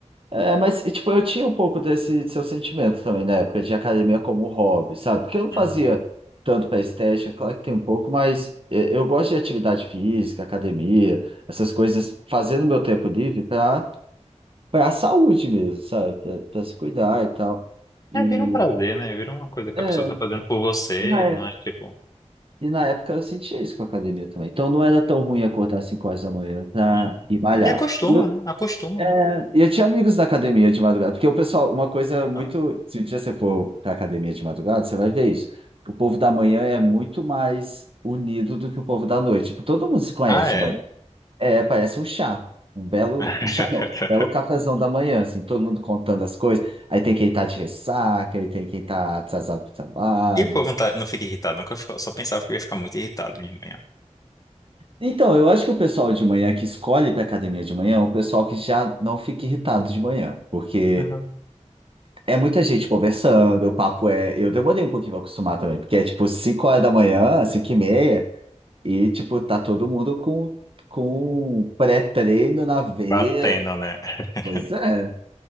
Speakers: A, on the right; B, on the left.
A: É, mas, e, tipo, eu tinha um pouco desse seu sentimento também na época de academia como hobby, sabe? Porque eu não
B: Uhum.
A: fazia tanto para estética, claro que tem um pouco, mas é, eu gosto de atividade física, academia, essas coisas, fazendo meu tempo livre para para a saúde mesmo, sabe? Para se cuidar e tal. E
B: É, vira um prazer, né? Vira uma coisa que
A: é,
B: a pessoa tá fazendo por você,
A: na
B: não é tipo.
A: E na época eu sentia isso com a academia também. Então não era tão ruim acordar às 5 horas da manhã para
B: Uhum.
A: ir malhar.
B: E acostuma,
A: E eu,
B: né? Acostuma,
A: é,
B: né?
A: e eu tinha amigos da academia de madrugada, porque o pessoal, uma coisa muito.
B: Ah,
A: Se um dia você for para academia de madrugada, você vai ver isso. O povo da manhã é muito mais unido do que o povo da noite. Tipo, todo mundo se conhece
B: ah,
A: de
B: é?
A: manhã. É, parece um chá. Um belo,
B: <laughs>
A: um chá não, um belo cafezão da manhã, assim, todo mundo contando as coisas. Aí tem quem tá de ressaca, aí tem quem tá atrasado pro trabalho.
B: E o povo não, tá- não fica irritado, não, que eu fico- só pensava que eu ia ficar muito irritado de manhã.
A: Então, eu acho que o pessoal de manhã que escolhe para academia de manhã é o pessoal que já não fica irritado de manhã, porque
B: Uhum.
A: é muita gente conversando, o papo é. Eu demorei um pouquinho para acostumar também, porque é tipo 5 horas da manhã, 5 e meia, e tipo, tá todo mundo com, com pré-treino na veia.
B: Batendo, né? <laughs>
A: Pois é,